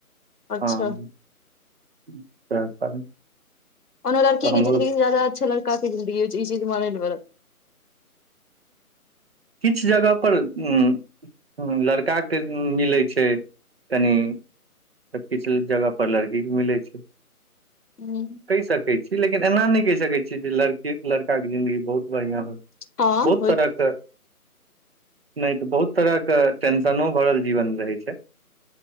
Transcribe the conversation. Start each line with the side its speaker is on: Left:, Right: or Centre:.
Left: अच्छा
Right: हँ। <unintelligible>
Left: ओना लड़की के
Right: हमरो
Left: ज़िन्दगी से जादा अच्छा लड़का के जिन्दगी हौइ छै ई चीज मानै ले पडत।
Right: किछु जगह पर उं ह लड़काके मिलै छै कनि तऽ किछ जगह पर लड़की के मिलै छै।
Left: हूँ
Right: कहि सकै छी लेकिन एना नहि कहि सकैत छी जे लड़कि से लड़काके जिंन्दगी बहुत बढ़िआँ होय
Left: हॅं।
Right: बहुत तरह के नहि तऽ बहुत तरह के टेंशनो भरल जीवन रहै छै।